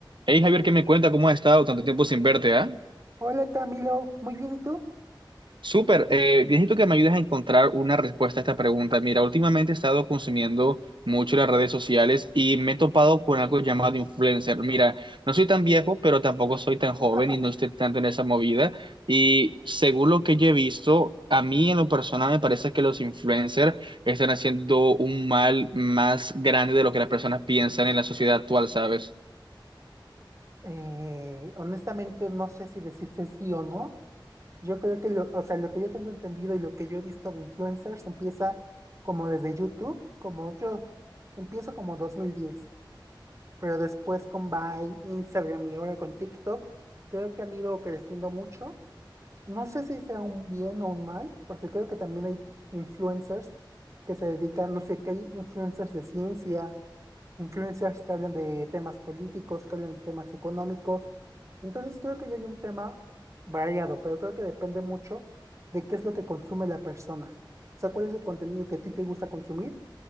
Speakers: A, on the right; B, on the right.
A: Hey Javier, ¿qué me cuenta? ¿Cómo has estado tanto tiempo sin verte, ah?
B: Hola Camilo, muy bien, ¿y tú?
A: Súper, eh, necesito que me ayudes a encontrar una respuesta a esta pregunta. Mira, últimamente he estado consumiendo mucho las redes sociales y me he topado con algo llamado influencer. Mira, no soy tan viejo, pero tampoco soy tan joven
B: <laughs>
A: y no estoy tanto en esa movida. Y según lo que yo he visto, a mí en lo personal me parece que los influencers están haciendo un mal más grande de lo que las personas piensan en la sociedad actual, ¿sabes?
B: Eh, honestamente no sé si deciste sí o no. Yo creo que lo, o sea, lo que yo tengo entendido y lo que yo he visto de influencers empieza como desde YouTube, como yo empiezo como 2010, pero después con Vine, Instagram y ahora con TikTok, creo que han ido creciendo mucho No sé si sea un bien o un mal, porque creo que también hay influencers que se dedican, no sé, que hay influencers de ciencia, influencers que hablan de temas políticos, que hablan de temas económicos. Entonces creo que ya hay un tema variado, pero creo que depende mucho de qué es lo que consume la persona. O sea, cuál es el contenido que a ti te gusta consumir.